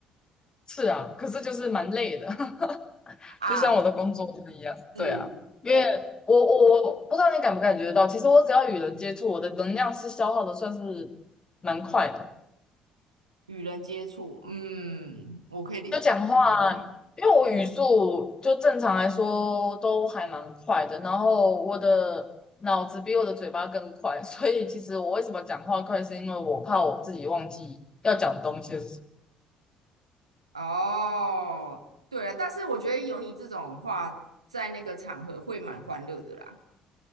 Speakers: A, on the left (about 25°); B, on the right (about 85°).
A: 是啊，可是就是蛮累的，<laughs>
B: 啊，
A: 就像我的工作是一样。
B: 是我
A: 对啊，因为我我我不知道你感不感觉得到，其实我只要与人接触，我的能量是消耗的，算是蛮快的。
B: 与人接触，嗯，我可以理可以理解。
A: 就讲话，因为我语速就正常来说都还蛮快的，然后我的脑子比我的嘴巴更快，所以其实我为什么讲话快，是因为我怕我自己忘记要讲的东西是什么。
B: 哦，对了，但是我觉得有你这种话，在那个场合会蛮欢乐的啦。